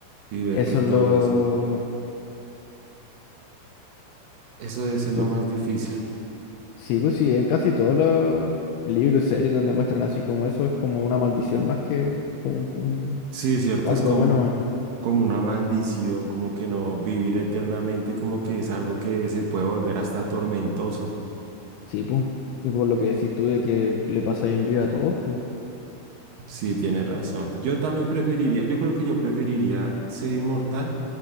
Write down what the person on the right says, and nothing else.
y ver
que todos,
eso debe ser lo
más difícil.
Sí, cierto,
es como,
como una maldición, como que no vivir eternamente, como que es algo que se puede volver hasta tormentoso.
Sí, tienes razón. Yo también preferiría, yo creo que yo preferiría ser inmortal